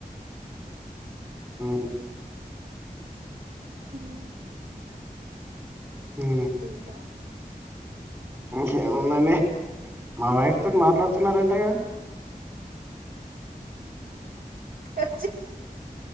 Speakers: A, on the right (about 15°); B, on the right (about 65°).
A: ఉ
B: ఉ
A: ఉ
B: ఇంకా
A: ఇంకేముందండి మా వైఫ్ తోటి మాట్లాడుతున్నారంటగా
B: వచ్చి